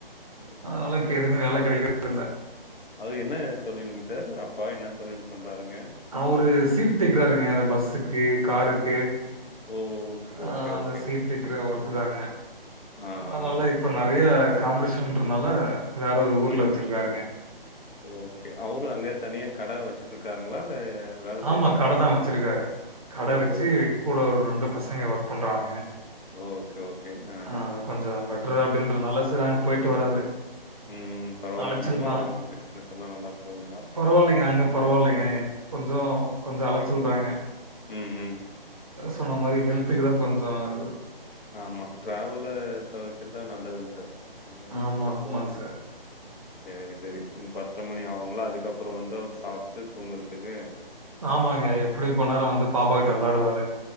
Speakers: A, on the left; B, on the right.
A: ம்
B: அதனால இப்ப
A: சரி
B: எதுக்குமே
A: சரி
B: வேல கெடைக்கற்து இல்ல
A: அது என்ன தொழிலுங் சார் அப்பா என்ன தொழில் பண்றாருங்க
B: அவரு சீட் தைக்கிறாருங்க இந்த பஸ்ஸுக்கு காருக்கு
A: ஓ
B: ஆ
A: ஓகே
B: அந்த
A: ஓகே
B: சீட் தைக்கிற ஒர்க்குதாங்க
A: ஆ ஆ
B: அதனால இப்ப
A: சரி
B: நெறைய காம்படிஷன்ன்றனால வேற ஒரு ஊர்ல
A: ம்
B: வெச்சிருக்காருங்க
A: ஓகே அவரும் அங்க தனியா கட வச்சிட்டு இருக்காருங்களா இல்ல வேல செய்றாருங்களா?
B: ஆமா கடதா வச்சிருக்காரு கட
A: ஓ
B: வச்சு
A: ஸ்
B: கூட ஒரு ரெண்டு பசங்க ஒர்க் பண்றானுங்க
A: ஓகே ஓகே நா
B: ஆ அங்க கொஞ்சொ பெட்டரு அப்டின்றனால சர் அங்க போயிட்டு வராரு
A: ம் பரவால்லைங்களாமா
B: அலைச்சல்
A: அவருக்கு பிசினஸ் எல்லா நல்லா போதுங்களா
B: பரவால்லைங்க அங்க பரவால்லைங்க என கொஞ்சொ கொஞ்சொ அலச்சல் தாங்க
A: ம் ம் ம்
B: சொன்ன மாரி ஹெல்த்துக்குதா கொஞ்சொ இது
A: ஆமா டிரவல்ல தவிர்த்துட்டா நல்லதுங் சார் அங்கங்க
B: ஆமா,
A: போய்ட்டு
B: ஆமாங்க
A: வந்துட்டு
B: சார்.
A: சேரி செரி இன்னு பத்தர மணி ஆகுங்களா அதுக்கப்புறோ வந்து அவரு சாப்ட்டு தூங்குறதுக்கு
B: ஆமாங்க எப்டி கொ நேர வந்து பாப்பா கிட்ட வெளாடுவாரு